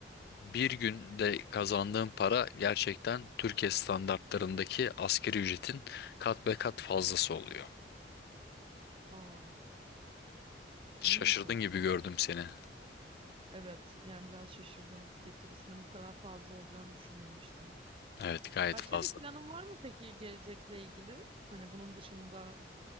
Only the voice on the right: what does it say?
Aa, iyiymiş
o zaman.
Evet, yani biraz şaşırdım. Getirisinin bu kadar fazla olacağını düşünmemiştim.
Başka
bir planın var mı peki gelecekle ilgili? Hani bunun dışında